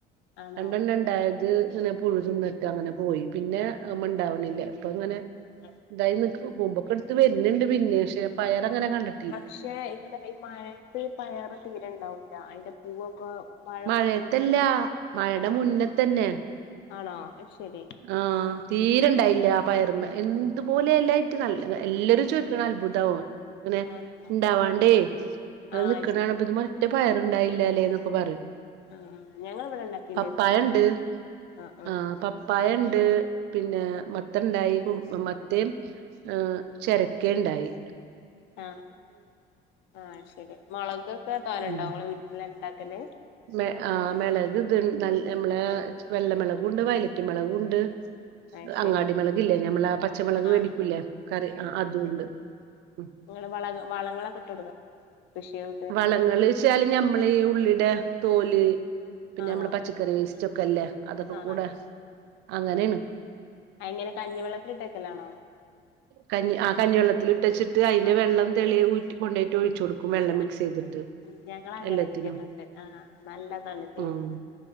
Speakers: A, on the left; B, on the right.
A: ആണോ
B: രണ്ടെണ്ണം ഇണ്ടായത് ഇങ്ങനെ പുഴു തിന്നിട്ട് അങ്ങനെ പോയി പിന്നെ അവ്മണ്ടാവ ണില്ല ഇപ്പൊ ഇങ്ങനെ
A: ആ
B: എന്തായി കൂമ്പൊക്കെടുത്ത് വരുന്ണ്ട് പിന്നീം പക്ഷെ പയറങ്ങനെ കണ്ടി
A: പക്ഷെ ഇങ്ങനെ ഈ മഴയത്ത് പയറ് തീരെണ്ടാവൂല്ല അയിന്റെ പൂവൊക്കെ മഴ
B: മഴയത്തല്ല
A: കൊ
B: മഴടെ
A: ആ
B: മുന്നത്തന്നെ
A: ആണോ അശരി
B: ആഹ് തീരെണ്ടായില്ല പയറ്മെ എന്തുപോലെ എലായിട്ട് നല്ല എല്ലാരും ചോദിക്കണ് അത്ഭുതാവ ഇങ്ങനെ
A: ആണോ
B: ഇണ്ടാവാണ്ടേ ഇങ്ങനെ
A: ആ
B: നിക്കണ്
A: അത് ശരി
B: കാണുമ്പ ഇത് മേ ഒരൊറ്റ പയറുണ്ടായില്ലാല്ലേന്നൊക്കെ പറയും
A: ആ ഞങ്ങളിവിടെ ഉണ്ടാക്കിണ്ടായിരുന്നു
B: പപ്പായണ്ട്
A: ആ ആ
B: ആഹ് പ പയണ്ട് പിന്നെ മത്തണ്ടായി കു മത്തേം ആഹ് ചെരക്കേണ്ടായി.
A: ആഹ് ആഹ് ശരി മൊളകൊക്കെ തോനെണ്ടോ
B: ഉം
A: ങ്ങളെ വീട്ടില് ഇണ്ടാക്കല്
B: മെ ആ മെളക് ഇത് നല്ല മ്മളെ വെള്ളമെളകും ഇണ്ട് വയലറ്റ് മെളകുണ്ട്.
A: ആഹ് ശരി
B: അങ്ങാടി മെളക് ഇല്ലേ ഞമ്മള ആ പച്ചമെളക്
A: ആഹ്
B: വേടിക്കുലേ കറി ആ അതുണ്ട് ഉം
A: ഇങ്ങള് വള വളങ്ങളൊക്കെ ഇട്ട് കൊടുക്കോ കൃഷികൾ
B: വളങ്ങള്ച്ചാല് ഞമ്മള് ഈ ഉള്ളിടെ തോല് പിന്നെ
A: ആണോ
B: ഞമ്മളെ പച്ചക്കറി വേസ്റ്റൊക്കൊല്ലേ അതൊക്കെ
A: ആഹ്
B: കൂടെ
A: അതെ
B: അങ്ങനേണ്
A: അ എങ്ങനെ കഞ്ഞിവെള്ളത്തില് ഇട്ടക്കലാണോ?
B: കഞ്ഞി ആ കഞ്ഞിവെള്ളത്തില് ഇട്ടച്ചട്ട് അയ്ന്റെ
A: ആഹ്
B: വെള്ളം തെളി ഊറ്റി കൊണ്ടോയ്ട്ട് ഒഴിച്ചൊടുക്കും. വെള്ള ള്ളം
A: ആഹ്
B: മികസെയ്തിട്ട്
A: അത് ശരി ഉം ഞങ്ങള് അങ്ങനെ
B: എല്ലത്തിനും
A: ചെയ്യാറുണ്ട് ആഹ് നല്ലതാണ് ചെയ്യുന്നത്
B: ആഹ്